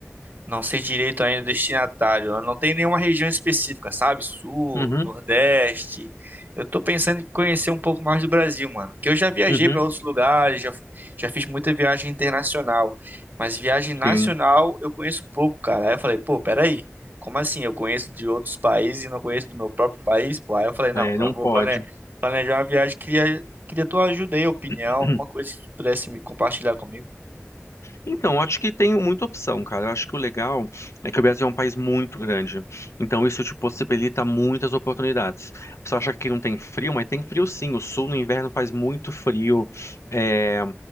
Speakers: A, on the right; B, on the left.
A: Não sei direito ainda o destinatário. né? Não tem nenhuma região específica, sabe? Sul,
B: uhum,
A: Nordeste. Eu tô pensando em conhecer um pouco mais do Brasil, mano. Que eu já viajei
B: uhum,
A: para outros lugares, já, já fiz muita viagem internacional. Mas viagem nacional
B: sim.
A: eu conheço pouco, cara. Aí eu falei, pô, peraí. Como assim? Eu conheço de outros países e não conheço do meu próprio país? Pô, aí eu falei, não,
B: É,
A: eu
B: não
A: vou
B: pode.
A: plane- planejar uma viagem. Queria, queria tua ajuda aí, opinião,
B: <clears throat>
A: alguma coisa que tu pudesse me compartilhar comigo.
B: Então, eu acho que tem muita opção, cara. Eu acho que o legal é que o Brasil é um país muito grande. Então, isso te possibilita muitas oportunidades. Você acha que não tem frio, mas tem frio sim. O sul no inverno faz muito frio. É,